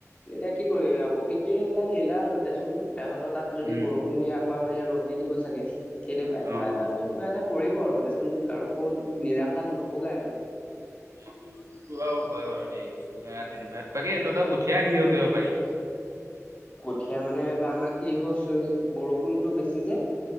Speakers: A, on the left (about 25°); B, on the right (about 70°).
A: এতিয়া কি কৰিবি আৰু প্ৰকৃতি এইবিলাক লীলা আৰু দেচোন, সেহঁতৰ তাত যদি
B: উম
A: বৰষুণ আকৌ আমাৰ ইয়াত ৰ'দ দি দিব চাগে, তেনেকুৱাই কিবা
B: অ
A: এটা
B: অ
A: নহয় কিবা এটা কৰিব আৰু দেচোন কাৰো নিৰাশাত নুভোগাই মানে।
B: অ', সেইটো বাৰু হয় বাৰু দেই এতিয়া তেনেকুৱা, বাকী তহঁতৰ কঠিয়া কিহৰ কিহৰ পাৰিলি?
A: কঠীয়া মানে এইবাৰ আমাৰ কি হ'ল বৰষুণটো বেছি যে